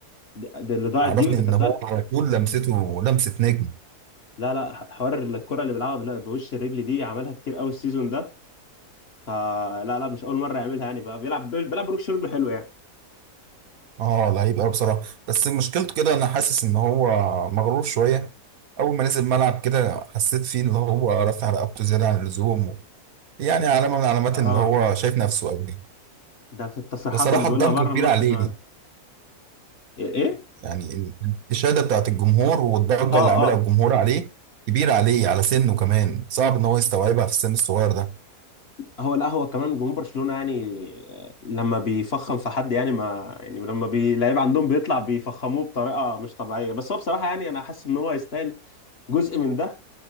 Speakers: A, on the left; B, on the right.
A: دي دي اللي ضاعت
B: عرفني
A: دي ودي
B: ان
A: كانت
B: هو
A: ضاعت
B: على طول لمسته لمسة نجم
A: لا لا ح- حوار الكرة اللي بيلعبها بال- بوش الرجل دي عملها كتير قوي السيزون ده فلا لا مش اول مرة يعملها يعني بقى بيلعب بيلعب ركش رجل حلو يعني
B: اه لعيب قوي بصراحة بس مشكلته كده انا حاسس ان هو مغرور شوية اول ما نزل الملعب كده حسيت فيه ان هو رافع رقبته زيادة عن اللزوم يعني علامة
A: اه
B: من علامات
A: آه.
B: ان هو شايف نفسه قوي
A: ده في التصريحات
B: بصراحة
A: اللي بيقولها
B: الضجة
A: بره
B: كبيرة
A: الماتش
B: عليه
A: كمان ايه إيه؟
B: يعني ال- الإشادة بتاعت الجمهور والضجة
A: اه
B: اللي عاملها
A: اه
B: الجمهور عليه كبيرة عليه على سنه كمان صعب إن هو يستوعبها في السن الصغير ده
A: هو لا هو كمان جمهور برشلونة يعني آه، لما بيفخم في حد يعني ما يعني لما بي- لعيب عندهم بيطلع بيفخموه بطريقة مش طبيعية بس هو بصراحة يعني انا حاسس ان هو يستاهل جزء من ده